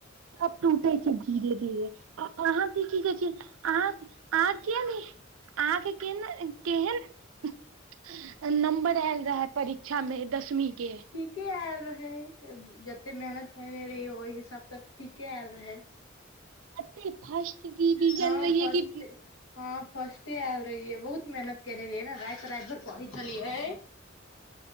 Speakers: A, on the right (about 80°); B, on the left (about 80°).
A: अब टूटे छै धीरे धीरे आ अहाँकेँ की कहै छै अहाँ आ किया नै आहाँ केँ केन केहन नम्बर ऐल रहा परीक्षा मे दसवीं केँ
B: ठीके ऐल रहे जते मेहनत केने रहिय ओइ हिसाब तऽ ठीकेँ ऐल रहे
A: एते फर्स्ट डविजन
B: हँ
A: रहियै
B: फर्स्ट
A: कि
B: हँ फर्स्टे ऐल रहियै बहुत मेहनत केने रहियै न राइत राइत भर पढ़ै छलियै